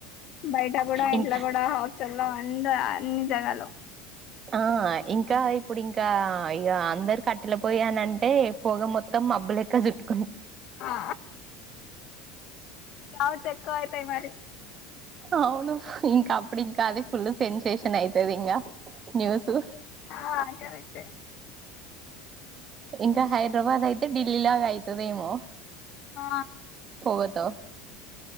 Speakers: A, on the left (about 45°); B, on the right (about 30°).
A: బయట కూడా
B: ఇంకా
A: ఇంట్లో కూడా హాస్టల్ లో అంద అన్ని జగాలో
B: ఆ ఇంకా ఇప్పుడు ఇంకా ఇక అందరు కట్టెల పోయానంటే పొగ మొత్తం మబ్బులెక్క చుట్టు
A: ఆ చవ చెకువ యితాయి మరి <unintelligible>
B: అవును ఇంకా అప్పుడు ఇంకా అది ఫుల్ సెన్సేషన్ అవుతుది ఇంకా న్యూస్
A: ఆ కరెక్టే
B: ఇంకా హైదరాబాద్ అయితే ఢిల్లీ లాగా అవుతుదేమో
A: ఆ
B: పోగతో